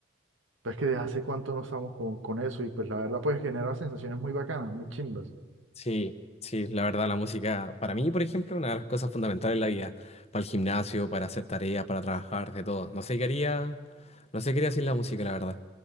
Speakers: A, on the right; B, on the left.
A: pues que desde hace cuánto no estamos con, con eso y pues la verdad pues genera sensaciones muy bacanas, muy chimbas.
B: Sí, sí, la verdad, la música, para mí, por ejemplo, es una de las cosas fundamentales en la vida. Para el gimnasio, para hacer tareas, para trabajar, de todo. No sé qué haría, no sé qué haría sin la música, la verdad.